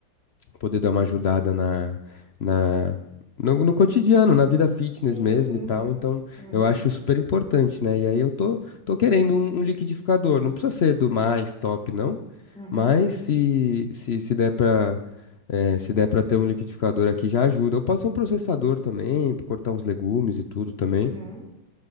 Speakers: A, on the left; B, in the centre.
A: poder dar uma ajudada na, na no, no cotidiano, na vida fitness
B: Sim,
A: mesmo
B: sim,
A: e tal.
B: sim.
A: Então,
B: Uhum,
A: eu acho super importante, né? E aí eu tô, tô querendo um, um liquidificador. Não precisa ser do mais top, não.
B: uhum,
A: Mas se, se, se der pra, eh, se der pra ter um liquidificador aqui, já ajuda. Ou pode ser um processador também, pra cortar uns legumes e tudo também.
B: uhum.